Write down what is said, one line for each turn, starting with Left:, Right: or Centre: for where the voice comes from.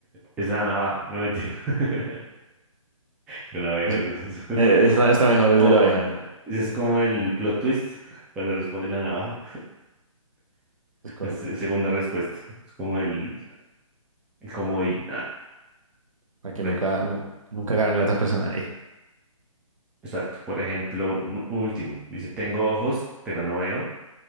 Centre: Es la navaja, no mentira. <laughs> Es una navaja.
Right: O sea,
Centre: no es- <laughs>
Right: eh, Está, está mejor
Centre: Oh,
Right: el de la oveja.
Centre: ese es como el plot twist cuando responde la navaja.
Right: Es correcto.
Centre: Se- Segunda respuesta. Es como el, el comodín. Ah,
Right: Para que
Centre: re-
Right: nunca, nu- nunca gane la otra persona ahí.
Centre: exacto. Por ejemplo, un, un último. Dice, tengo ojos, pero no veo.